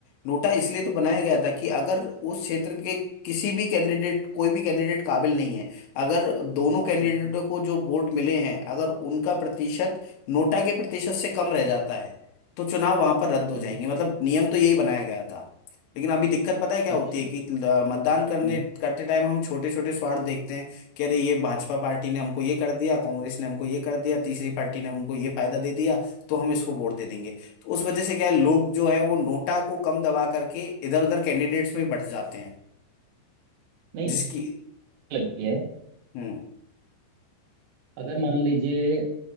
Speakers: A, on the left; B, on the right.
A: नोटा इसलिए तो बनाया गया था कि अगर उस क्षेत्र के किसी भी कैंडिडेट कोई भी कैंडिडेट काबिल नहीं है अगर दोनों कैंडिडेटों
B: हम्म
A: को जो वोट मिले हैं अगर उनका प्रतिशत नोटा के प्रतिशत से कम रह जाता है तो चुनाव वहां पर रद्द हो
B: हम्म
A: जाएंगे
B: हम्म,
A: मतलब नियम तो यही बनाया गया था लेकिन अभी दिक्कत पता है क्या होती
B: अच्छा
A: है कि ल- मतदान करने
B: हम्म
A: करते टाइम हम छोटे छोटे स्वार्थ देखते हैं कि अरे ये भाजपा पार्टी ने हमको ये कर दिया कांग्रेस ने हमको ये कर दिया तीसरी पार्टी ने हमको ये फायदा दे दिया तो हम इसको वोट दे देंगे तो उस वजह से क्या है लोग जो है वो नोटा को कम दबा करके इधर उधर कैंडिडेट्स में ही बट जाते हैं
B: नहीं
A: जिसकी
B: लगती है
A: हम्म
B: अगर मान लीजिए